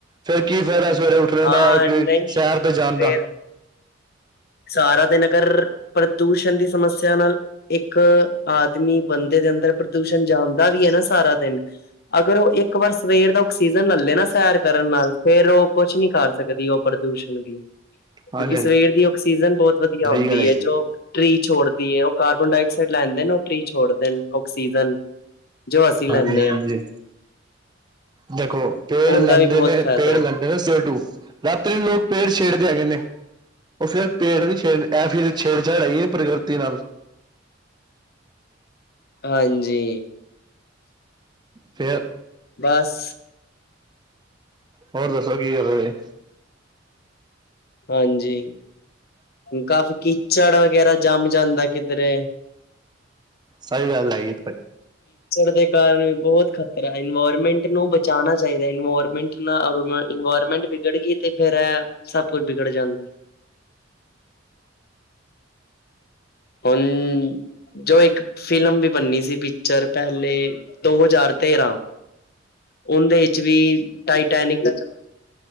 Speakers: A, on the right; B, on the left.
A: ਫੇਰ ਕੀ ਫਾਇਦਾ ਸਵੇਰੇ ਉੱਠ
B: ਹਾਂ
A: ਦਾ
B: ਨਹੀਂ
A: ਸ਼ੈਰ ਤੇ ਜਾਣ
B: ਫੇਰ
A: ਦਾ
B: ਸਾਰਾ ਦਿ ਨਗਰ ਪ੍ਰਦੂਸ਼ਣ ਦੀ ਸਮੱਸਿਆ ਨਾਲ ਇੱਕ ਆ ਆਦਮੀ ਬੰਦੇ ਦੇ ਅੰਦਰ ਪ੍ਰਦੂਸ਼ਣ ਜਾਣਦਾ ਵੀ ਹੈ ਨਾ ਸਾਰਾ ਦਿਨ ਅਗਰ ਉਹ ਇੱਕ ਵਾਰ ਸਵੇਰ ਦਾ ਆਕਸੀਜਨ ਲੈੇ ਨਾ ਸੈਰ ਕਰਨ ਨਾਲ ਫੇਰ ਉਹ ਕੁਛ ਨੀ ਕਰ ਸਕਦੀ ਉਹ ਪ੍ਰਦੂਸ਼ਣ ਵੀ ਕਿਉਂਕਿ
A: ਹਾਂਜੀ ਹਾਂਜੀ
B: ਸਵੇਰ ਦੀ ਆਕਸੀਜਨ ਬਹੁਤ ਵਧੀਆ
A: ਸਹੀ
B: ਹੁੰਦੀ
A: ਗੱਲ ਜੀ।
B: ਹੈ ਜੋ ਟਰੀ ਛੋੜਦੀ ਹੈ ਉਹ ਕਾਰ ਡਾਕਿਸਾਈਡ ਲੈਂਦੇ ਨੇ ਉਹ ਟਰੀ ਛੋੜਦੇ ਨੇ ਆਕਸੀਜਨ ਜੋ ਅਸੀਂ ਲੈਂਦੇ
A: ਹਾਂਜੀ ਹਾਂਜੀ
B: ਆਂ।
A: ਜੀ। ਦੇਖੋ ਪੇੜ
B: ਉਹਦਾ
A: ਲੈਂਦੇ
B: ਵੀ ਬਹੁਤ
A: ਨੇ
B: ਫਾਇਦਾ
A: ਪੇੜ
B: ਹੈ
A: ਲੈਂਦੇ ਨੇ ਸਿਰ ਟੂ ਰਾਤੀ ਵੀ ਲੋਗ ਪੇੜ ਛੇੜਦੇ ਹੈਗੇ ਨੇ। ਉਹ ਫਿਰ ਪੇੜ ਨਹੀਂ ਛੇੜ ਐ ਫਿਰ ਛੇੜਛਾੜ ਆਈ ਨਹੀਂ ਪ੍ਰਕਿਰਤੀ ਨਾਲ
B: ਹਾਂਜੀ
A: ਫੇਰ
B: ਬਸ
A: ਹੋਰ ਦੱਸੋ ਕੀ ਕਰਦੇ ਪਏ।
B: ਹਾਂਜੀ ਕਾਫੀ ਕੀਚੜ ਵਗੈਰਾ ਜਮ ਜਾਂਦਾ ਕਿਧਰੇ
A: ਸਹੀ ਗੱਲ ਹੈਗੀ।
B: ੜ ਦੇ ਕਾਰਨ ਵੀ ਬਹੁਤ ਖ਼ਤਰਾ ਹੈ ਇਨਵਾਇਰਮੈਂਟ ਨੂੰ ਬਚਾਉਣਾ ਚਾਹੀਦਾ ਇਨਵਾਇਰਮੈਂਟ ਨਾਲ ਗਵਰਮੈਂਟ ਵਿਗੜ ਗਈ ਤੇ ਫੇਰ ਸਭ ਕੁਛ ਵਿਗੜ ਜਾਂਦਾ।
A: ਮ <unintelligible>
B: ਹੁਣ ਜੋ ਇੱਕ ਫਿਲਮ ਵੀ ਬੰਨੀ ਸੀ ਪਿਕਚਰ ਪਹਿਲੇ ਦੋ ਹਜ਼ਾਰ ਤੇਰਾਂ ਉਹਦੇ ਵਿੱਚ ਵੀ ਟਾਈਟੈਨਿਕ